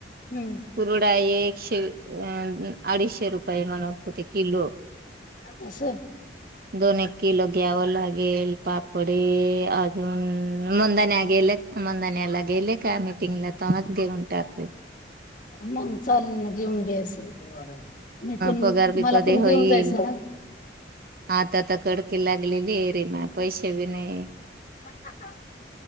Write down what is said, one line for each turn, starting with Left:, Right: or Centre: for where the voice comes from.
Left: हम्म
Right: कुरडाई एकशे अ अडीचशे रुप <inaudible> मला वाटत ते किलो
Left: असं
Right: दोन एक किलो घ्यावं लागेल, पापडी अजून हम् मुंदने गेले मुंदन्याला गेले का मीटिंग ला तवा देऊन टाक
Left: मग चाल ना घेऊन घ्यायचं स मी पण,
Right: पगार बी
Left: मला
Right: कधी
Left: पण घेऊन
Right: होईल
Left: जायचं ना?
Right: आता तर कडकी लागलेली रीमा, पैसे बी नाही.
Left: <unintelligible>